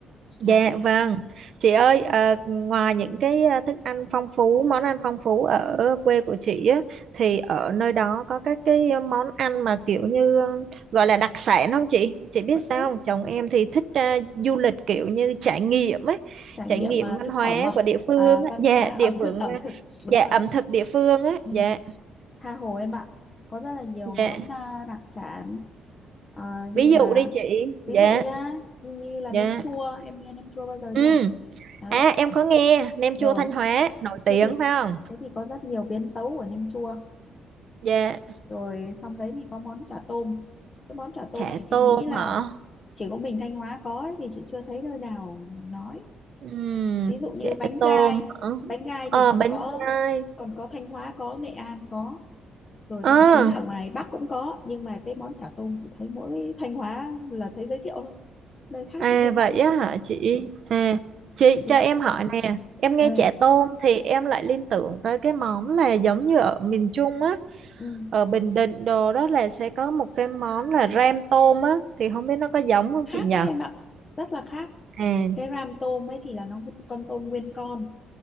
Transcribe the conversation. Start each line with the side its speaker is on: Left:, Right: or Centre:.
Right: Dạ
Left: đó
Right: vâng, chị ơi ờ, ngoài những cái ờ, thức ăn phong phú, món ăn phong phú ở quê của chị á, thì ở nơi đó có các cái món ăn mà kiểu như ờ, gọi là đặc sản không chị? Chị biết
Left: có
Right: sao
Left: chứ
Right: không? Chồng em thì thích ờ, du lịch kiểu như trải nghiệm ấy,
Left: trải
Right: trải
Left: nghiệm
Right: nghiệm
Left: à,
Right: văn
Left: thực
Right: hóa
Left: phẩm mà
Right: của địa phương
Left: à,
Right: á,
Left: văn
Right: dạ
Left: hóa
Right: địa
Left: ẩm
Right: phương,
Left: thực ẩm
Right: ờ,
Left: thực đúng
Right: dạ
Left: rồi
Right: ẩm thực địa phương á,
Left: ừ.
Right: dạ
Left: tha hồ em ạ có rất là nhiều
Right: dạ.
Left: món à, đặc sản à,
Right: Ví
Left: như là
Right: dụ đi chị, dạ
Left: ví dụ nhá như là
Right: dạ.
Left: nem chua em nghe nem chua bao giờ
Right: Ừ,
Left: chưa đấy
Right: à em có nghe nem chua
Left: rồi
Right: Thanh Hóa nổi tiếng
Left: thế thì
Right: phải không?
Left: thế thì có rất nhiều biến tấu của nem chua
Right: Dạ
Left: rồi xong đấy thì có món chả tôm cái món chả tôm
Right: chả
Left: này chị
Right: tôm
Left: nghĩ là
Right: hả
Left: chỉ có mình Thanh Hóa có ấy, thì chị chưa thấy nơi nào nói
Right: Ừm,
Left: ví dụ như
Right: chả
Left: bánh gai
Right: tôm hả
Left: bánh gai
Right: ờ
Left: thì còn
Right: bánh
Left: có
Right: gai
Left: còn có Thanh Hóa có Nghệ An có rồi
Right: ờ
Left: thậm chí là ở ngoài Bắc cũng có nhưng mà cái món chả tôm chỉ thấy mỗi Thanh Hóa là thấy giới thiệu thôi nơi khác
Right: à
Left: chị chưa
Right: vậy
Left: thấy
Right: á hả chị
Left: ừ.
Right: à chị
Left: Nghĩ-
Right: cho em hỏi nè em nghe
Left: ơi,
Right: chả tôm thì em lại liên tưởng tới cái món là giống như ở miền Trung á
Left: ừ.
Right: ở Bình Định đồ đó là sẽ có một cái món là ram tôm á thì không biết nó có giống không
Left: khác
Right: chị nhỉ
Left: đấy em ạ rất là khác
Right: à
Left: cái ram tôm ấy thì là nó một con tôm nguyên con